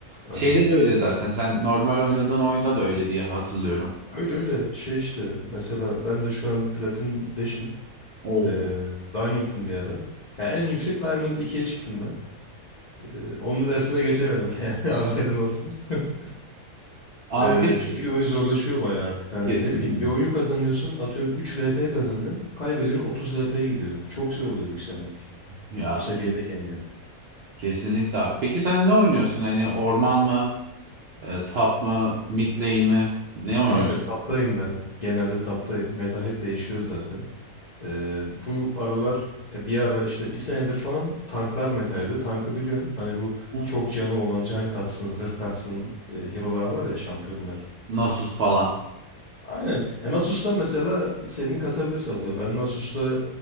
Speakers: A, on the right; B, on the left.
A: şeyde
B: Aynen.
A: de öyle zaten sen normal oynadığın oyunda da öyle diye hatırlıyorum.
B: Öyle öyle şey işte mesela ben de şu an platin 5'im.
A: Oo.
B: Ee, Diamond'tım bir ara. Ya en yüksek Diamond ikiye çıktım ben. Ee, onun dersine geçemedim <laughs> yani haberin olsun. <laughs>
A: Abi
B: Ee,
A: peki
B: çünkü oyun zorlaşıyor bayağı artık. Hani
A: kesinlikle
B: ne bileyim bir oyun kazanıyorsun atıyorum 3 LP kazanıyorsun. Kaybediyorsun 30 LP gidiyor. Çok zor oluyor yükselmek.
A: ya
B: O seviyedeyken
A: ke-
B: yani.
A: kesinlikle abi. Peki sen ne oynuyorsun hani orman mı, e, top mı, mid lane mi? Ne oynuyorsun?
B: Kanka taptayım ben. Genelde taptayım. Meta hep değişiyor zaten. Ee, bu aralar e, bir ara işte bir senedir falan tanklar metaydı. Tankı biliyorsun. Hani bu
A: Hı.
B: çok canı olan can kassın, zırh kassın e, hero'lar var ya şampiyonlar.
A: Nasus falan.
B: Aynen. Ya Nasus'ta mesela istediğini kasabilirsin aslında. Ben Nasus'ta